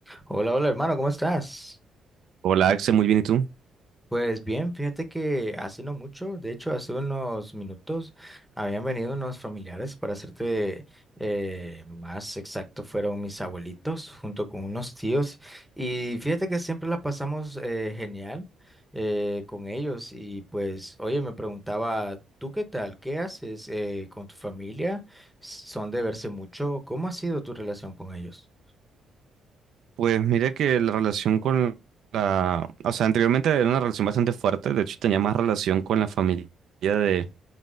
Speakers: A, in the centre; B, on the right.
A: Hola, hola hermano, ¿cómo estás?
B: Hola, Axel, muy bien, ¿y tú?
A: Pues bien, fíjate que hace no mucho, de hecho hace unos minutos, habían venido unos familiares, para hacerte eh, más exacto, fueron mis abuelitos junto con unos tíos y fíjate que siempre la pasamos eh, genial eh, con ellos y pues, oye, me preguntaba, ¿tú qué tal? ¿Qué haces eh, con tu familia? ¿Son de verse mucho? ¿Cómo ha sido tu relación con ellos?
B: Pues mira que la relación con la... O sea, anteriormente era una relación bastante fuerte, de hecho tenía más relación con la familia de,